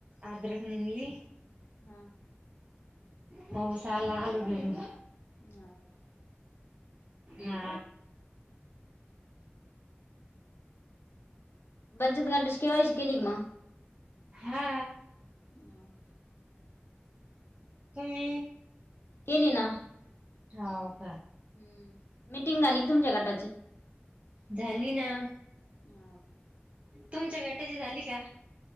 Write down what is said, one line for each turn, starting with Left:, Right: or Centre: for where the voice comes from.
Right: अद्रक निनली
Left: हा
Right: भौसाला आलू गड
Left: हाव का?
Right: ह
Left: हम्म पच घंटाच केवायची केली क म
Right: हा
Left: हम
Right: तुम्ही
Left: केली ना
Right: हा
Left: हम्म मीटिंग द आणि एकदमच्यागट
Right: झाली ना
Left: हो का
Right: तुमच्या गटाची झाली का